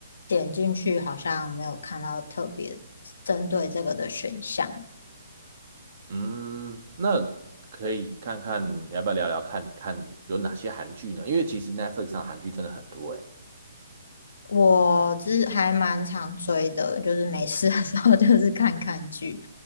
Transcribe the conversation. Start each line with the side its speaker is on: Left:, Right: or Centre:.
Left: 点进去好像没有看到特别针对这个的选项。
Right: 嗯，那可以看看你要不要聊聊看，看有哪些韩剧呢？因为其实 Netflix 上韩剧真的很多诶。
Left: 我之还蛮常追的，就是没事的时候就是看看剧。